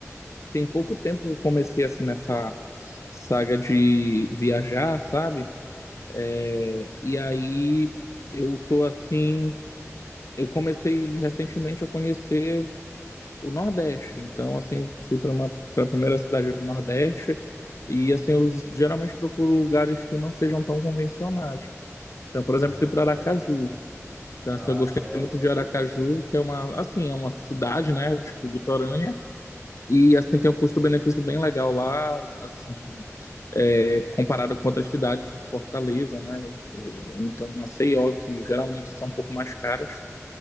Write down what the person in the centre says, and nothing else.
Uhum.
Ah,
entendi.
Ah,
cê é...